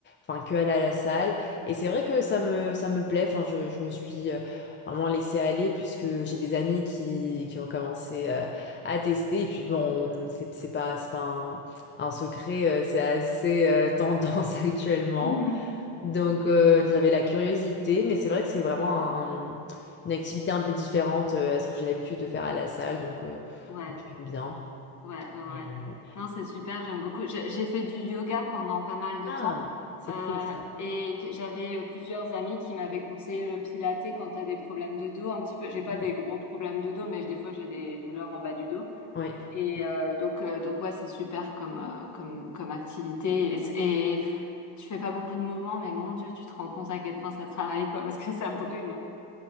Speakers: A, on the left (about 30°); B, on the left (about 45°).
A: enfin que aller à la salle. Et c'est vrai que ça me, ça me plaît, enfin je, je me suis euh, vraiment laissée aller puisque j'ai des amis qui, qui ont commencé euh, à tester. Et puis bon, c'est c'est pas, c'est pas un, un secret, euh, c'est assez euh, tendance <laughs> actuellement.
B: <laughs>
A: Donc euh, j'avais la curiosité, mais c'est vrai que c'est vraiment un- un- une activité un peu différente euh, à ce que j'ai l'habitude de faire à la salle. Donc, euh,
B: Ouais.
A: donc j'aime bien.
B: Ouais, ouais, ouais.
A: Et, euh,
B: Non, c'est super, j'aime beaucoup. J'ai j'ai fait du yoga pendant pas mal de
A: Ah,
B: temps
A: c'est
B: euh,
A: cool ça.
B: et que- j'avais euh, plusieurs amis qui m'avaient conseillé le pilates quand t'as des problèmes de dos un petit peu. J'ai pas
A: Mm.
B: des gros problèmes de dos, mais des fois j'ai des douleurs en bas du dos.
A: Ouais.
B: Et
A: ouais.
B: euh, donc, euh, donc ouais, c'est super comme, euh, comme, comme activité. Et, c'est- et pff, tu fais pas beaucoup de mouvements, mais mon Dieu, tu te rends compte à quel point ça travaille, quoi, parce que ça brûle.